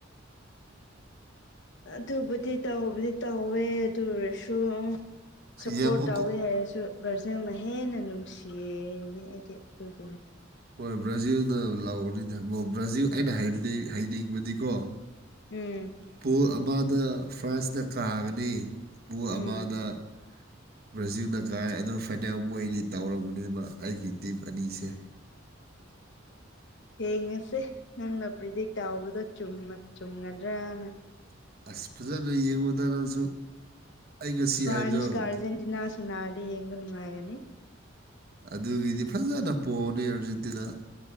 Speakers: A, on the left; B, on the right.
A: ꯑꯗꯨꯕꯨꯗꯤ ꯇꯧꯕꯨꯗꯤ ꯇꯧꯋꯦ ꯑꯗꯨ ꯑꯣꯏꯔꯁꯨ ꯁꯞꯄꯣꯔꯠ
B: ꯌꯦꯡꯉꯨ
A: ꯇꯧꯋꯦ ꯍꯥꯏꯔꯁꯨ ꯕ꯭ꯔꯥꯖꯤꯜꯅ ꯍꯦꯟꯅ ꯅꯨꯡꯁꯤꯅꯦ ꯑꯩꯗꯤ ꯑꯗꯨꯒꯤꯅꯤ
B: ꯍꯣꯏ ꯕ꯭ꯔꯥꯖꯤꯜꯅ ꯂꯥꯎꯒꯅꯤꯗꯕꯣ ꯕ꯭ꯔꯥꯖꯤꯜ ꯑꯩꯅꯕ ꯍꯥꯏꯕꯗꯤ ꯍꯥꯏꯅꯤꯡꯕꯗꯤꯀꯣ
A: ꯎꯝ
B: ꯄꯨꯡ ꯑꯃꯗ ꯐ꯭ꯔꯥꯟꯁꯅ ꯀꯥꯒꯅꯤ ꯄꯨꯡ
A: ꯎꯝ
B: ꯑꯃꯗ ꯕ꯭ꯔꯥꯖꯤꯜꯅ ꯀꯥꯏ ꯑꯗꯨ ꯐꯥꯅꯤꯌꯝ ꯃꯣꯏꯒꯤ ꯇꯧꯔꯝꯒꯅꯦꯕ ꯑꯩꯒꯤ ꯇꯤꯝ ꯑꯅꯤꯁꯦ
A: ꯌꯦꯡꯉꯁꯦ ꯅꯪꯅ ꯄ꯭ꯔꯤꯗꯤꯛ ꯇꯥꯎꯕꯗꯣ ꯆꯨꯝꯒꯗ꯭ꯔꯅ
B: ꯑꯁ ꯐꯖꯅ ꯌꯦꯡꯉꯨꯗ ꯅꯪꯁꯨ ꯑꯩ ꯉꯁꯤ
A: ꯐ꯭ꯔꯥꯟꯁꯀ
B: ꯍꯥꯏꯕꯗꯣ
A: ꯑꯥꯔꯖꯦꯟꯇꯤꯅꯥ ꯁꯣꯅꯥꯔꯗ ꯌꯦꯡꯕ ꯅꯨꯡꯉꯥꯏꯒꯅꯤ
B: ꯑꯗꯨꯒꯤꯗꯤ ꯐꯖꯅ ꯄꯣꯛꯑꯅꯤ ꯑꯥꯔꯖꯦꯟꯇꯤꯅꯥ